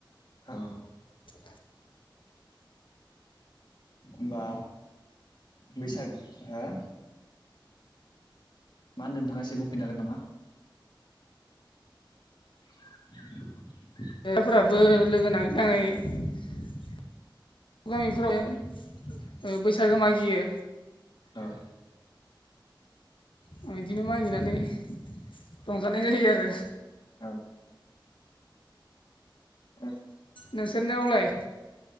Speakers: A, on the left (about 60°); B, on the left (about 80°).
A: औ
B: <inaudible>
A: होमबा बैसाग हा मा होनदों नोंथाङ एसे बुंफैनो हागोन नामा <inaudible>
B: ओ फोराबो लोगो नाङै नाङै बां गामिफोराव ओ बैसागो मागियो
A: औ
B: ओ बिदिनो मागिनानै रंजानाय जायो आरो
A: औ <inaudible>
B: नोंसोरनियावलाय